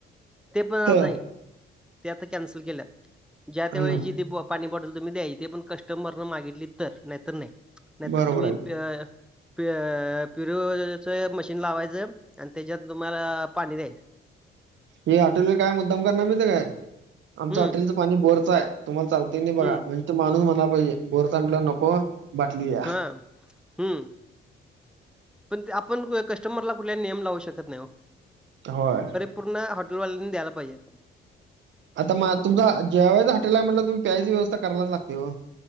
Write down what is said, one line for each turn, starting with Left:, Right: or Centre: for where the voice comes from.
Centre: ते पण आ
Right: ह
Centre: नाही ते आता कॅन्सल केल्या ज्या त्या
Right: ह
Centre: वेळी जी ती बॉ पाणी बॉटल तूम्ही द्याय ते पण कस्टमर मागितली तर नाहीतर नाही नाहीतर
Right: बरोबर
Centre: तुम्ही
Right: आहे.
Centre: प प्युरोच मशीन लावायचं आणि त्याच्यात तुम्हाला पाणी द्यायचं
Right: हे हॉटेल वाले काय मुद्दाम करणार माहित हाय काय आमच
Centre: हम्म
Right: हॉटेलचं पाणी बोरचं हाय तुम्हाला चालते की नाय बघा
Centre: हम्म
Right: म्हणजे तो माणूस म्हणायला पाहिजे बोरच हाय म्हणाल्यावर नको बाटली द्या.
Centre: हा हू पण ते आपण कस्टमरला कुठले नियम लावू शकत नाही ओ
Right: होय
Centre: पूर्ण हॉटेलवाल्यांनी द्यायला पाहिजेत
Right: आता मा तुमचा जेवायचं हॉटेल आहे म्हटल्यावर तुम्ही प्यायची व्यवस्था करायलाच लागते ओ